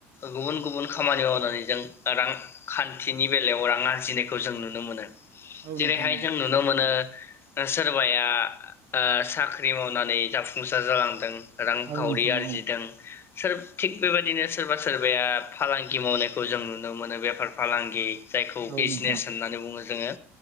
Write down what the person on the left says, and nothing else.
गुबुन-गुबुन खामानि मावनानै जों रांखान्थिनि बेलायाव रां आरजिनायखौ जों नुनो मोनो।
जेरैहाय
जों नुनो मोनो ओ सोरबाया साख्रि मावनानै जाफुंसार जालांदों। रांखावरि
आरजिदों।
सोरबा थिग बेबायदिनो सोरबा सोरबाया फालांगि मावनायखौ जों नुनो मोनो बेफार फालांगि जायखौ
बिजनेस
होननानै बुङो जोङो।